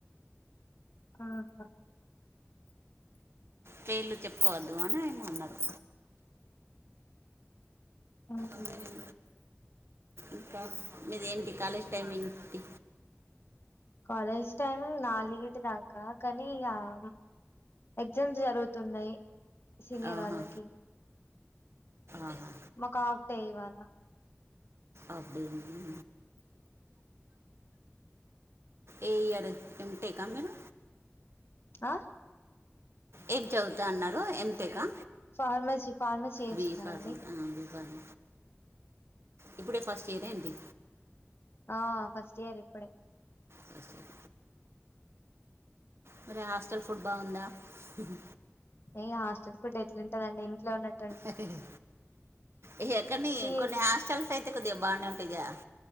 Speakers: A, on the left; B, on the right.
A: ఆహ
B: పేర్లు చెప్పుకోవద్దు అని ఆయన అన్నారు
A: అ
B: ఊమ్ ఇంకా మీదేంటి కాలేజ్ టైమింగ్ టి
A: కాలేజ్ టైమింగ్ నాలుగిటి దాకా కానీ యాం ఎగ్జామ్స్ జరుగుతున్నయ్ సీనియర్
B: ఆహా
A: వాళ్ళకి
B: ఆహా
A: మ కాఫ్ డే ఇవాళ
B: అఫ్ డే నీ ఏ ఇయరు ఏమ్ టేకా మీరు
A: అ
B: ఏది చదువుతా అన్నరు ఎమ్ టేకా
A: ఫార్మసీ ఫార్మసీ చేస్తానండి
B: బీ ఫర్మ్ అ బీ ఫర్మ్ ఇప్పుడే ఫస్ట్ ఇయరేంది
A: ఆ ఫస్ట్ ఇయర్ ఇప్పుడే
B: ఫస్ట్ ఇయర్ మరే హాస్టల్ ఫుడ్ బావుందా ఉహ్
A: ఏ యాస్టల్ ఫుడ్ ఎట్లుంటదండి ఇంట్లో ఉన్నట్
B: ఎహిహి ఇహ్ ఎక్కని
A: ఈ
B: కొన్ని హాస్టల్స్ తైతే కొద్దిగ బానే ఉంటిగా